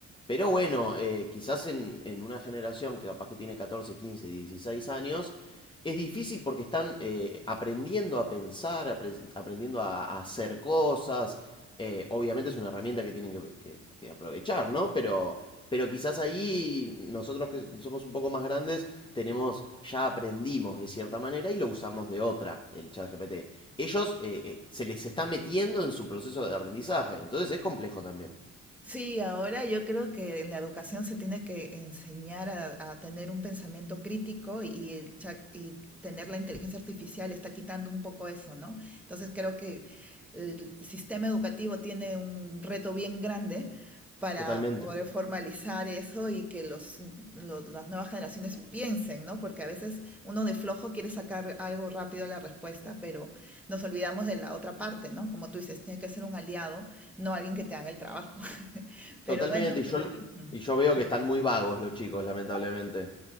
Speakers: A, on the left (about 15°); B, in the centre.
A: Pero bueno, eh, quizás en, en una generación que capaz que tiene 14, 15, 16 años, es difícil porque están eh, aprendiendo a pensar, apre- aprendiendo a, a hacer cosas. Eh, obviamente es una herramienta que tienen que, que que aprovechar, ¿no? Pero... Pero quizás ahí nosotros que somos un poco más grandes tenemos, ya aprendimos de cierta manera y lo usamos de otra, el chat GPT. Ellos eh, eh, se les está metiendo en su proceso de aprendizaje, entonces es complejo también.
B: Sí, ahora yo creo que en la educación se tiene que enseñar a, a tener un pensamiento crítico y, el chat- y tener la inteligencia artificial está quitando un poco eso, ¿no? Entonces creo que el sistema educativo tiene un reto bien grande para
A: Totalmente,
B: poder formalizar eso y que los, lo- las nuevas generaciones piensen, ¿no? Porque a veces uno de flojo quiere sacar algo rápido a la respuesta, pero nos olvidamos de la otra parte, ¿no? Como tú dices, tiene que ser un aliado no alguien que te haga el trabajo. <laughs> Pero
A: totalmente.
B: bueno,
A: Y yo, lo-
B: mm,
A: y yo veo que están muy vagos los chicos, lamentablemente.